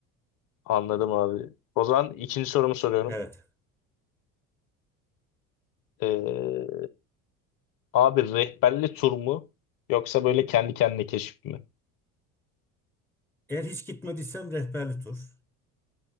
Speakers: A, on the left; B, in the centre.
A: Anladım abi. O zaman ikinci sorumu soruyorum.
B: Evet.
A: E, abi rehberli tur mu yoksa böyle kendi kendine keşif mi?
B: Eğer hiç gitmediysem rehberli tur.